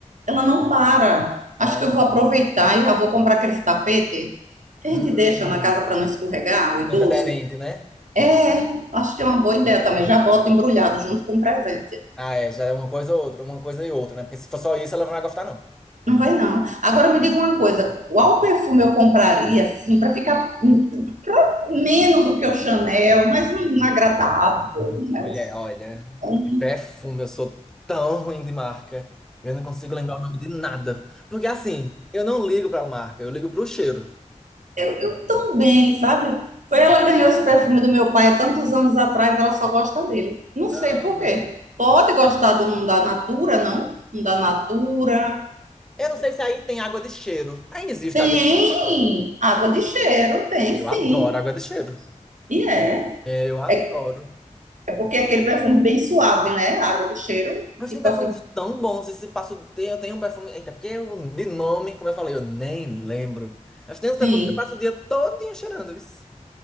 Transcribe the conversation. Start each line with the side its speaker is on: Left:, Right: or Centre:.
Right: Ela não para. Acho
Centre: Ah.
Right: que eu vou aproveitar e já vou comprar aquele tapete que a
Centre: Hum.
Right: gente deixa na casa para não escorregar, o idoso.
Centre: Antiaderente, né?
Right: É, acho que é uma boa ideia também. Já boto embrulhado junto com o presente.
Centre: Ah, é. Já é uma coisa ou outra, uma coisa e outra, né? Porque se for só isso, ela não vai gostar, não.
Right: Não vai não. Agora me diga uma coisa, qual perfume eu compraria assim para ficar hum, pro- menos do que o Chanel, mas um agradável, né?
Centre: Mulher, olha.
Right: É um,
Centre: Perfume, eu sou tão ruim de marca. Eu não consigo lembrar o nome de nada. Porque assim, eu não ligo pra marca, eu ligo pro cheiro.
Right: Eu, eu também, sabe? Foi ela que ganhou esse perfume do meu pai há tantos anos atrás, ela só gosta dele. Não sei
Centre: Aham.
Right: por quê. Pode gostar de um da Natura, não? Um da Natura.
Centre: Eu não sei se aí tem água de cheiro. Aí existe
Right: Tem
Centre: água de cheiro.
Right: água de cheiro, tem
Centre: Eu
Right: sim.
Centre: adoro água de cheiro.
Right: E é.
Centre: Eu adoro.
Right: É, é porque é aquele perfume bem suave, né? Água de cheiro,
Centre: Mas
Right: tipo
Centre: tem perfumes
Right: assim,
Centre: tão bons. Esse passo eu tenho um perfume. Eita, porque eu, de nome, como eu falei, eu nem lembro. Mas tem uns perfumes
Right: sim.
Centre: que eu passo o dia todinho cheirando, isso.